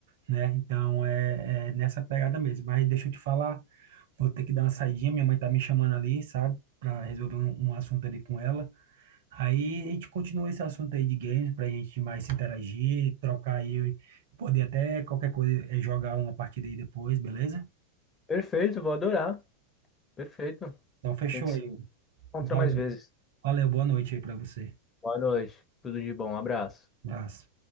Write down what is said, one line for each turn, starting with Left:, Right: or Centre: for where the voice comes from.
Right: né? Então é, é nessa pegada mesmo. Mas deixa eu te falar, vou ter que dar uma saidinha, minha mãe tá me chamando ali, sabe? Pra resolver um, um assunto ali com ela. Aí a gente continua esse assunto aí de games, pra gente mais se interagir, trocar aí, poder até qualquer coisa, eh, jogar uma partida aí depois, beleza?
Left: Perfeito, vou adorar. Perfeito. A
Right: Então fechou
Left: gente se
Right: aí.
Left: encontra
Right: Valeu,
Left: mais vezes.
Right: valeu boa noite aí pra você.
Left: Boa noite. Tudo de bom. Um abraço.
Right: Abraço.